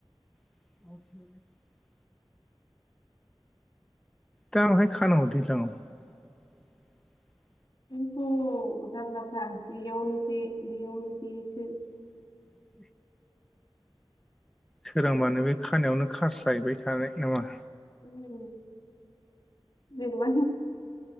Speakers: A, in the centre; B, on the left.
A: <unintelligible> दा माहाय खानांग दैज्लाङाव? <unintelligible>
B: ओंखायनोथ जारलाथार बियावनो बे बियावनो बे सो।
A: <unintelligible> सोरांबानो बे खानायावनो खास्लायबाय थानाय नामा?
B: उम जेनोबा